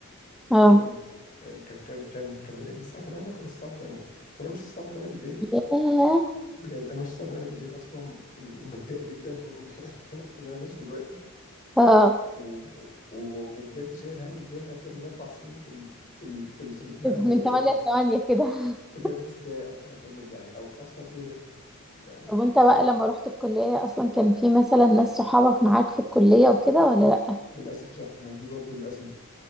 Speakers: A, in the centre; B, on the left.
A: اه
B: كان آم، كان كان كان كان بادئ من الساعه 8 خلص الساعه 8 فانا ماشي الساعه 8 بالليل
A: ياه
B: بجد انا ماشي الساعه 8 بالليل اصلا م- متضايق جدا <laughs> ان إن انا إن أنا ماشي دلوقتي
A: اه
B: و... و... وبجد شايل هم ازاي انا هكمل اربع سنين في ال... في ال... في, ال... في, ال... في الهم ده
A: من
B: بجد
A: تمانية لتمانية كده <laughs>
B: بجد ازاي اصلا هكمل يعني او اصلا ايه ده يعني
A: طب وانت بقى لما رحت الكلية أصلا كان في مثلا ناس صحابك معاك في الكلية وكده ولا لأ؟
B: للاسف لا ما دي برضو الازمه